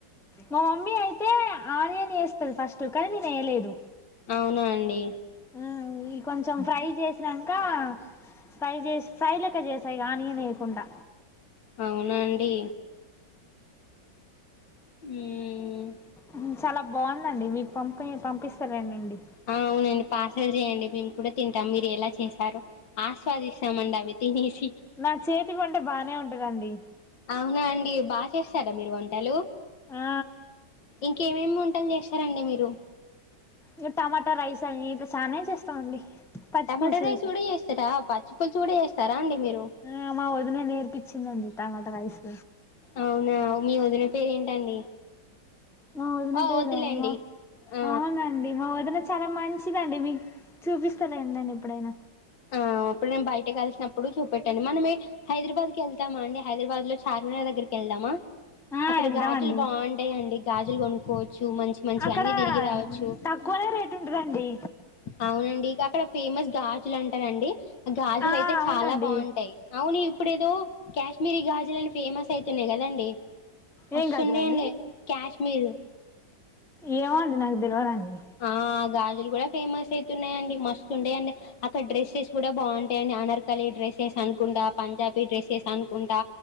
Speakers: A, in the centre; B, on the left.
A: మా మమ్మీ అయితే ఆనియన్ వేస్తారు ఫస్ట్ కానీ నేను వేయలేదు
B: అవునా అండి
A: ఆ ఈ కొంచెం ఫ్రై చేసినాంక ఫ్రై చేస్ ఫ్రై లెక్క చేసేయ్ ఆనియన్ వేయకుండా
B: అవునా అండి హ్మ్
A: మ్మ్ చాలా బాగుందండి మీకు పంపి పంపిస్తానలెండి
B: ఆ అవునండి పార్సల్ చేయండి మేము కూడా తింటాం మీరు ఎలా చేశారో ఆస్వాదిస్తామండి అవి తినేసి
A: నా చేతి వంట బానే ఉంటదండి
B: అవునా అండి బాగా చేస్తారా మీరు వంటలు
A: ఆ
B: ఇంకేమేమి వంటలు చేస్ తారండి మీరు
A: ఇగ టమాటా రైస్ అని ఇక చానే చేస్తామండి పచ్చిపులుసు
B: టమాటో రైస్
A: ఇట్లా
B: కూడా చేస్తారా పచ్చిపులుసు కూడా చేస్తారా అండి మీరు
A: ఆ మా వదిన నేర్పిచ్చిందండి టమోటా రైస్
B: అవునా మీ వదిన పేరేంటండి
A: మా వదిన
B: ఆ
A: పేరా
B: వద్దులేండి
A: మా
B: ఆ
A: అవునండి మా వదిన చాలా మంచిదండి మీకు చూపిస్తాలేండి నేను ఎప్పుడైనా
B: ఆ అప్పుడు నేను బయటకు వెళ్తున్నప్పుడు చూపెట్టండి మనమే హైదరాబాద్కి వెళ్తామా అండి హైదరాబాద్ లో చార్మినార్ దగ్గరకి వెళ్దామా
A: ఆ
B: అక్కడ
A: వెళ్దామండి
B: గాజులు బాగుంటాయండి గాజులు కొనుక్కోవచ్చు మంచి మంచి
A: అక్కడ
B: అన్ని తిరిగి రావచ్చు
A: తక్కువనే రేట్ ఉంటదండి
B: అవునండి ఇక అక్కడ ఫేమస్ గాజులు అంటారండి గాజులు
A: ఆ
B: అయితే
A: అవునండి
B: చాలా బాగుం టాయ్ అవును ఇప్పుడేదో కాశ్మీరీ గాజులని ఫేమస్ అయితున్నాయి కదండి మస్తుండే
A: ఏం గదులండి
B: అండి కాశ్మీర్
A: ఏమో అండి నాకు దెలవదండి
B: ఆ గాజులు కూడా ఫేమస్ అయితున్నాయండి మస్తు ఉండే అండి అక్కడ డ్రెస్సెస్ కూడా బాగుంటాయని అనార్కలి డ్రెస్సెస్ అనుకుంటా, పంజాబీ డ్రెస్సెస్ అనుకుంటా,